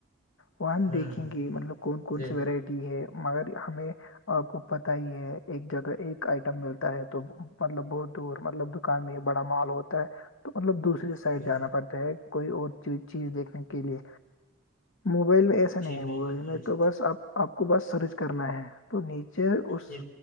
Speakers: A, on the left; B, on the left.
A: وہاں ہم
B: ہوں
A: دیکھیں گے مطلب کون کون
B: جی
A: سی ورائٹی ہے مگر ہمیں آ کو پت ہی ہے ایک جگہ ایک آئٹم ملتا ہے تو مطلب بہت دور مطلب دکان میں ایک بڑا مال ہوتا ہے تو مطلب دوسرے سائڈ
B: جی
A: جانا پڑتا ہے کوئی اور چیز دیکھنے کے لیے موبائل میں ایس ایا
B: جی
A: نہیں ہے وہ
B: بالکل
A: میں
B: درست
A: تو بس اپ آپ کو بس سرچ کرنا ہے تو نیچے اس
B: جی